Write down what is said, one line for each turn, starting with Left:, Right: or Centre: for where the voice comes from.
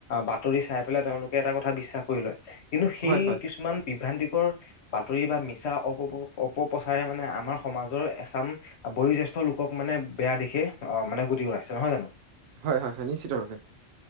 Left: বাতৰি চাই পেলাই তেওঁলোকে এটা কথা বিশ্বাস কৰি লয় কিন্তু সেই
Right: হয় হয়
Left: কিছুমান বিভ্ৰান্ত। বাতৰি বা মিছা অঁ অপপ্ৰচাৰে মানে আমাৰ সমাজৰ এচাম বয়োজ্যেষ্ঠ। জেষ্ঠ লোকক মানে বেয়া দিশে অঁ মানে গতি কৰাইছে নহয় জানো।
Right: হয় হয় হয় নিশ্চিত ভাবে।